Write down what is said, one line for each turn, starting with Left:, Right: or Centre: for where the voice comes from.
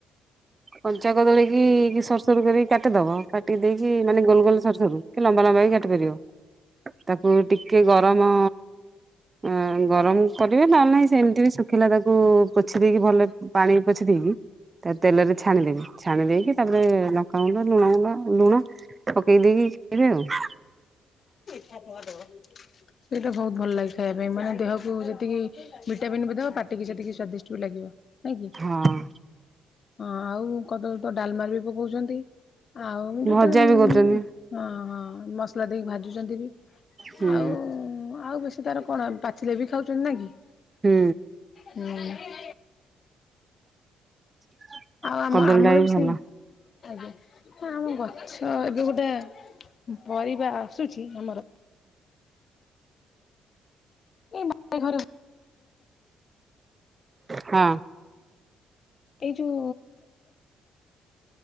Right: କଞ୍ଚା କଦଳୀ କି ସରୁ ସରୁ କରିକି କାଟିଦବ କାଟିି ଦେଇକି ମାନେ ଗୋଲ ଗୋଲ ସର ସରୁ। ଲମ୍ବା ଲମ୍ବା ବି କାଟି ପାରିବ ତାକୁ ଟିକେ ଗରମ ଏଇଁ ଗରମ କରିବେ ନ ହେଲେ ନାହିଁ ସେମିତି ଏମିତି ବି ଶୁଖିଲା ତାକୁ ଉ ପୋଛି ଦେଇକି ଭଲ ପାଣି ପୋଛି ଦେଇ କି ତେଲରେ ଛାଣିଦେବି ଛାଣି ଦେଇକି ତାପରେ ଲଙ୍କାଗୁଣ୍ଡ, ଲୁଣ ଗୁଣ୍ଡ ଲୁଣ ପକେଇ ଦେଇକି। <unintelligible>
Left: <unintelligible> ସେଇଟା ବହୁତ ଭଲ ଲାଗିଥାଏ ଖାଇବା ପାଇଁ ମାନେ ଦେହକୁ ଯେତିକି ଭିଟାମିନ୍ ବି ଦେବ ପାଟିଟିକି ସେତିକି ସ୍ଵାଦିଷ୍ଟ ଲାଗିବ। ନାଇଁ କି,
Right: ଆଉ
Left: ହଁ ଆଉ କଦଳୀ ତ ଡାଲମାରେ ବି ପକଉଛନ୍ତି। ଆଉ ମୁଁ
Right: ହଁ
Left: ଯେତେବେଳେ
Right: ଭଜା
Left: ମୁଁ
Right: ବି କରୁଛନ୍ତି
Left: ହଁ ହଁ ମସଲା ଦେଇକି ଭାଜୁଛନ୍ତି ବି,
Right: ହୁଁ
Left: ଆଉ ଆଉ ବେଶ ତାର କଣ ପାଚିଲେ ବି ଖାଉଛନ୍ତି ନା ଇ କି?
Right: ହୁଁ।
Left: ହୁଁ।
Right: <inaudible>
Left: ଆଉ ଆମ
Right: କଦଳୀଟା
Left: ଆମର ବି ସେମି
Right: ଭଲ
Left: ଆଜ୍ଞା, ହ ଆମ ଗଛ ଏବେ ଗୋଟେ ପରିବା ଆସୁଛି ଆମର। ଏଇ ବାଇ ଘର।
Right: ହଁ।
Left: ଏଇ ଯୋଉ।